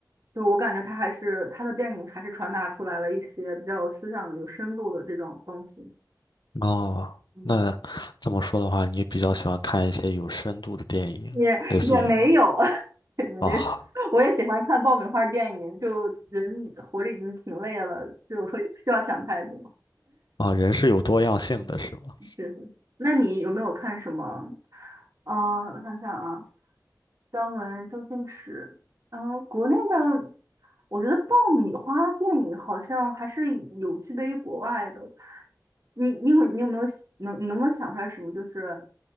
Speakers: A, on the right; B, on the left.
A: 就我感觉他还是他的电影还是传达出来了一些比较有思想的、有深度的这种东西。
B: 哦，
A: 嗯。
B: 那这么说的话，你比较喜欢看一些有深度的电影，
A: 也也没有，
B: 类似于
A: <laughs> 也没有
B: 哦，
A: 我也喜欢看爆米花电影，就人活着已经挺累了，就会不需要想太多。
B: 啊，人是有多样性的，是吗？
A: 确实。那你有没有看什么？嗯、我想想啊，张文、周星驰，然后国内的，我觉得爆米花电影好像还是有区别于国外的。你你有你有没有能你能不能想出来什么就是